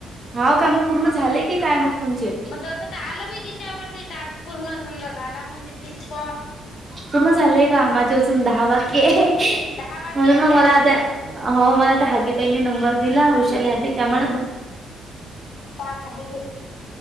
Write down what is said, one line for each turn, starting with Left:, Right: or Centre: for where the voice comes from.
Right: हवं का मग पूर्ण झालेय की काय मग. तुमचे
Left: मग तसं तर आलं ब तिच्यावरती तार्स पूर्ण समजा झाला म्हणजे तीच कॉल.
Right: तुमचं झालं का माझी अजून दहा बाकी आहेत.
Left: दहा बाकी
Right: म्हणून
Left: आहेत
Right: मग मला त्या हो मला त्या हागी तईनी नंबर दिला
Left: काय
Right: वुषाली हागी त्यामुळे. <inaudible>
Left: दहा खाली गेले.